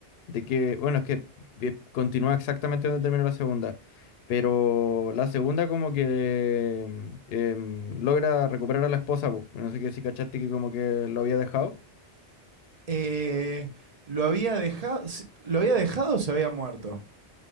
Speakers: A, on the left; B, on the right.
A: de que, bueno, es que eh, continúa exactamente donde terminó la segunda, pero la segunda como que em, em, logra recuperar a la esposa, po. no sé qué si cachaste que como que lo había dejado.
B: Eh, ¿lo había dejado, si- lo había dejado o se había muerto?